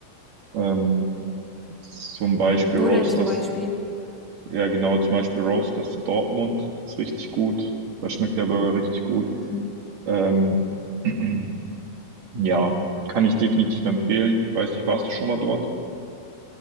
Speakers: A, on the right; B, in the centre.
A: Ähm, zum Beispiel
B: Wo
A: Roasters
B: denn zum Beispiel?
A: Ja, genau, zum Beispiel Roast, das in Dortmund ist richtig gut. Da schmeckt der Burger richtig gut.
B: Mhm.
A: Ähm, <clears throat> ja, kann ich definitiv empfehlen. Ich weiß nicht, warst du schon mal dort?